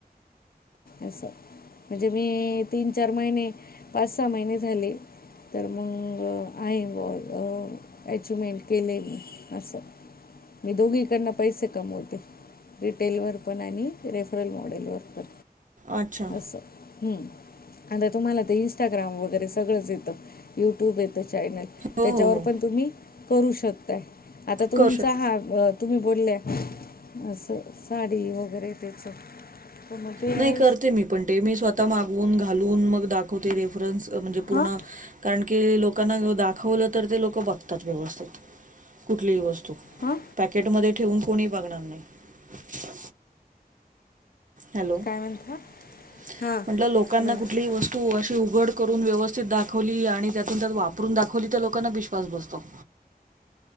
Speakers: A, on the left; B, on the right.
A: असं म्हणजे मी तीन चार महिने पाच सहा महिने झाले, तर मग आहे मग ॲचिवमेंट केली असं मी दोघीकडंन पैसे कमवते रिटेलवर पण, आणि रेफरल मॉडेलवर पण.
B: अच्छा
A: आसं <inaudible> हम्. आता तुम्हाला ते इन्स्टाग्राम वगैरे सगळंच येतं, युट्यूब येतं चॅनल
B: हो
A: त्याच्यावर
B: हो हो
A: पण तुम्ही करू शकताय. आता तुमचा
B: करू शकतो
A: हा तुम्ही बोलल्या, असं साडी वगैरे त्याचं. मग ते आहे
B: नाही करते मी पण. ते मी स्वतः मागवून घालून मग दाखवते. रेफरन्स म्हणजे पूर्ण
A: हां
B: कारण की लोकांना दाखवलं तर ते लोक बघतात व्यवस्थित. कुठलीही वस्तू
A: हां
B: पॅकेटमध्ये ठेवून कोणी बघणार नाही. <inaudible> हॅलो <inaudible>
A: काय म्हणता हां
B: म्हंटलं लोकांना
A: बोला
B: कुठलीही वस्त तू अशी उघड करून व्यवस्थित दाखवली, आणि त्यातुन त्यात वापरून दाखवली तर लोकांना विश्वास बसतो.